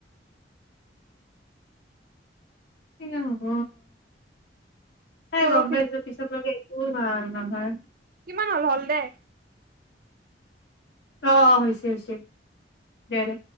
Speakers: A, on the left (about 75°); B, on the right (about 55°).
A: কি যে হ'ব। সেই
B: পৰহি
A: গম পাইছো পিছটো সেই।। অ ভাল নহয়।
B: কিমান হ'ল হ'ল দে?
A: অ অ হৈছে হৈছে দে।